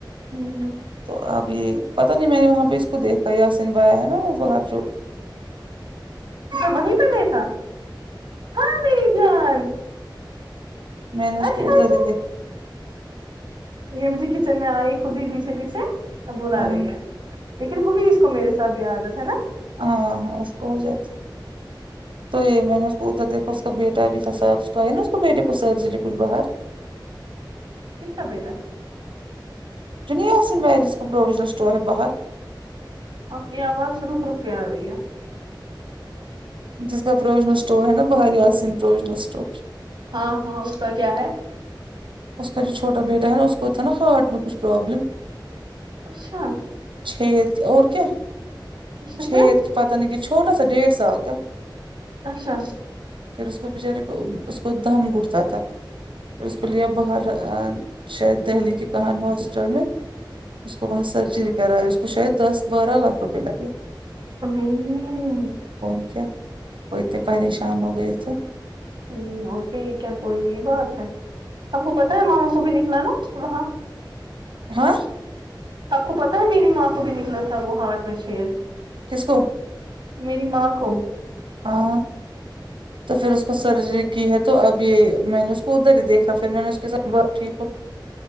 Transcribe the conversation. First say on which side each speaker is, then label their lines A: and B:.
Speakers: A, on the right; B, on the right.
A: ہوں
B: تو اب یہ پتا نہیں میں نے وہاں پہ اس کو دیکھا احسن بھای ہے نا وہ باہر جو
A: تو وہی تو دیکھا ہاں میری جان
B: میں نے اسکو
A: اچھا
B: ادر
A: جان،
B: ہی دی
A: یہ مجھے کچن میں آئی خود ہی پیچھے پیچھے اب بلا
B: ہاں
A: رہی ہے لیکن وہ بھی اس کو میرے ساتھ یہ عادت ہے نا
B: ہاں ہاں اس کووچ تو یہ میں نے اس کو ادھر دیکھا اس کا بیٹا جی تھا سات اس کو آیا نا اس کو بیٹے کو سرجری کچھ باہر
A: کسکا بیٹا
B: <unintelligible>
A: آپنی آواز روک روکے آ رہی ہے
B: جس کا پروجنل اسٹور ہے نا با آسین پروجنل اسٹور
A: ہاں ہاں اس کا کیا ہے
B: اس کرجو چوٹا بیٹا ہے نہ اس کو تھا نا ہاٹ میں کچ پرابلم
A: اچھا
B: چھید اور کیا
A: اس
B: چھید
A: پھر
B: کہ پتہ نہیں کہ چھوٹا سا ڈیڑھ سال کا
A: اچھا
B: پھر اس کو بچارے کو اس کو دم گھٹتا تھا پھر اس کو لیا باہر آ شاید دہلی کے کہانی ہاسپٹل میں اس کو وہاں سرجری کرائے اس کو شاید دس بارہ لاک روپئے لگے
A: ہممم
B: اور کیا وہ اتے پریشان ہو گئے تھے
A: ہمم اور بھی کیا کوئی بات ہے ہم کو پتا ہے ماما کو بھی نکلا نا وہاں
B: ہاں
A: آپ کو پتا ہے میری ماں کو بھی نکلا تھا وہ ہاٹ میں چھید
B: کس کو
A: میری ماں کو
B: ہاں تو پھر اس کو سرجری کی ہے تو اب یہ میں نے ادھر ہی دیکھا پھر میں نے اس کے ساتھ بہت ٹھیک ہو